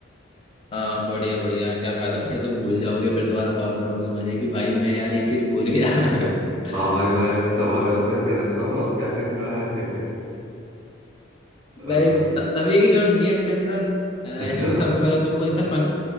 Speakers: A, on the left; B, on the right.
A: हाँ बढ़िया बढ़िया क्या फायदा फिर तुम भूल जाओगे फिर दोबारा कॉल करोगे मुझे कि भाई मैं यार एक चीज भूल गया
B: <laughs>
A: <laughs>
B: हाँ भाई मैं तवा गरम करके रखा हूँ अब क्या करना है <laughs> अ,
A: नहीं त- तभी की जरूरत नहीं है इसके अंदर एक्चुअली
B: अच्छा
A: सबसे पहले तुमको इससे पन